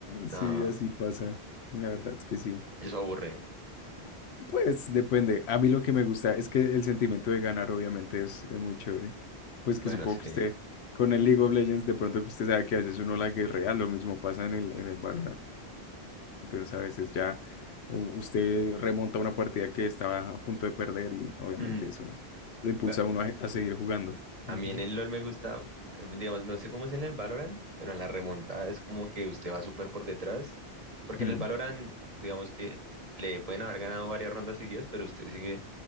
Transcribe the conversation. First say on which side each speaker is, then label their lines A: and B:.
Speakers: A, on the right (about 35°); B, on the left (about 75°).
A: No,
B: Sí, así pasa. La verdad es que sí.
A: eso aburre.
B: Pues depende. A mí lo que me gusta es que el sentimiento de ganar obviamente es, es muy chévere. Pues
A: Bueno,
B: que supongo
A: sí.
B: que usted con el League of Legends de pronto que usted sabe que a veces uno la guerrea, lo mismo pasa en el, en el Valorant. Entonces a veces ya u- usted remonta una partida que estaba a punto de perder y obviamente
A: Mm.
B: eso lo impulsa
A: Va,
B: a uno a, a seguir jugando.
A: A
B: Ujú.
A: mí en el LOL me gusta, eh, digamos, no sé cómo es en el Valorant, pero en la remontada es como que usted va súper por detrás, porque
B: Mm.
A: en el Valorant, digamos que le pueden haber ganado varias rondas seguidas, pero usted sigue